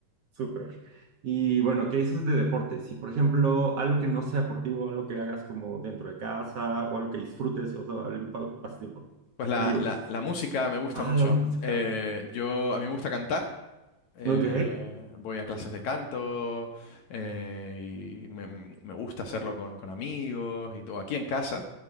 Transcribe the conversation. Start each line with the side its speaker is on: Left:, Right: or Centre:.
Right: súper. Y bueno, ¿qué dices de deportes? Si, por ejemplo, algo que no sea deportivo, algo que hagas como dentro de casa o algo que disfrutes, o sea, algún pa- pasatiempo.
Left: Pues la,
Right: Libros.
Left: la- la música me gusta
Right: Ah,
Left: mucho.
Right: la música.
Left: Eh, yo, a mí me gusta cantar. eh,
Right: Ok,
Left: voy a clases de canto eh, y me, me gusta hacerlo con, con amigos y todo aquí en casa.